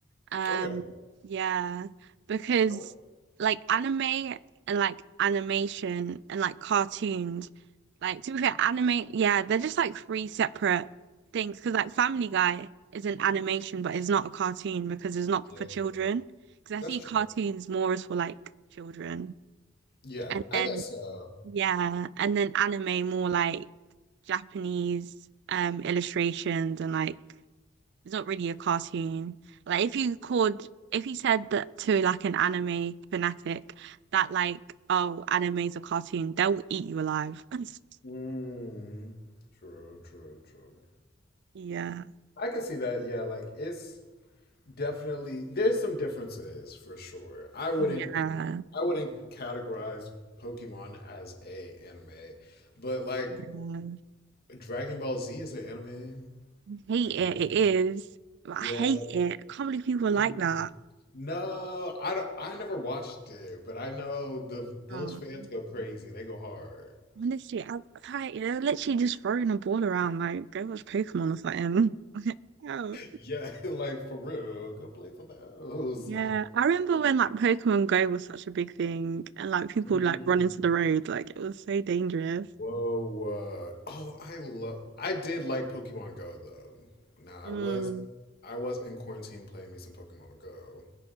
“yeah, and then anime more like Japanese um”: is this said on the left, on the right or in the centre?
Right